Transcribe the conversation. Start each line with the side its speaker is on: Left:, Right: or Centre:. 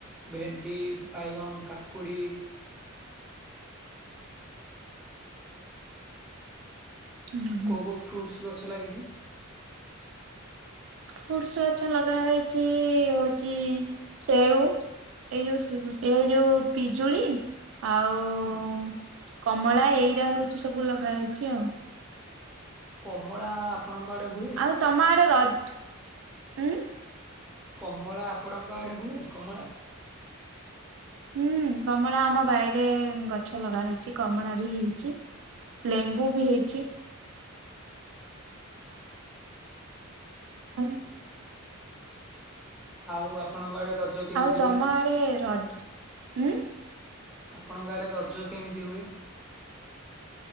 Centre: ଭେଣ୍ଡି ବାଇଗଣ କାକୁଡି
Right: ହୁଁ ହୁଁ
Centre: କୋଉ କୋଉ ଫ୍ରୁଟସ୍ ଗଛ ଲାଗିଛି?
Right: ଫୁସୁ ଗଛ ଲଗା ହେଇଛି ହଉଚି ସେଉ ଏଇ ଯୋଉ ଏ ଯୋଉ ପିଜୁଳି ଆଉ
Centre: ହୁଁ
Right: ହୁ କମଳା ଏଇରା ହଉଛି ସବୁ ଲଗା ହେଇଛି ଆଉ
Centre: କମଳା ଆପଣଙ୍କ ଆଡ଼େ ହୁଏ
Right: ଆଉ ତମ ଆଡ଼େ ରଜ ଉଁ
Centre: କମଳା ଆପଣଙ୍କ ଆଡେ ହୁଏ କମଳା?
Right: ହୁଁ କମଳା ଆମ ବାଇରେ ଗଛ ଲଗା ହେଇଛି କମଳା ବି ହେଇଛି ଲେମ୍ବୁ ବି ହେଇଛି ହୁଁ
Centre: ଆଉ ଆପଣଙ୍କ ଆଡେ ରଜ କେମିତି
Right: ଆଉ
Centre: ହୁଏ?
Right: ତମ ଆଡେ ରଜ ଉଁ
Centre: ଆପଣଙ୍କ ଆଡେ ରଜ କେମିତି ହୁଏ?